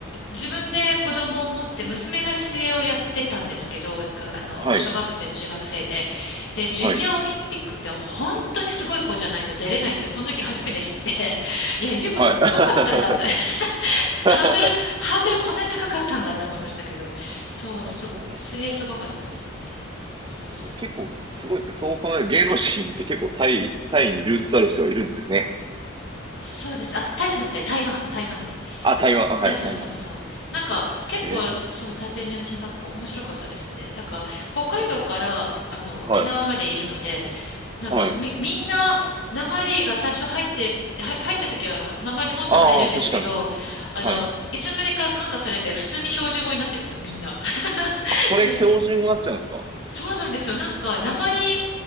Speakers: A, on the left (about 65°); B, on the right (about 25°).
A: 自分で子供を持って、娘が水泳をやってたんですけど、があの、
B: はい、
A: 小学生、中学生で。で、ジュニアオリンピックって本当にすごい子じゃないと出れないって、
B: はい、
A: その時初めて知って、<laughs> いや、ゆりこさんすごかったんだって。
B: はい。<laughs>
A: ハードル、ハードルこんなに高かったんだって思いましたけど、そう、
B: あ、
A: す、
B: そうなんですね。
A: 水泳すごかったですね。そうそう。
B: え結構すごいですね。そう考える芸能人って結構タイ、タイにルーツある人がいるんですね。
A: そうです。あ、タイじゃなくて台湾、台湾です。
B: あ、台湾。あはい、
A: そうそうそうそう。
B: 台湾。
A: なんか結構、
B: ええ
A: そう、台北日本人学校面白かったですね。だから北海道からあの沖縄までいるので、
B: そ、はい、
A: なんかみ、
B: はい。
A: みんな、訛りが最初入って、は入った時は訛り持って入るんですけど、
B: ああ、確かに。
A: あの、
B: はい。
A: いつの間にか感化されて普通に標準語になってるんですよ、みんな。<laughs>
B: あ、それ標準語になっちゃうんですか
A: なそうなんですよ。なんか、訛り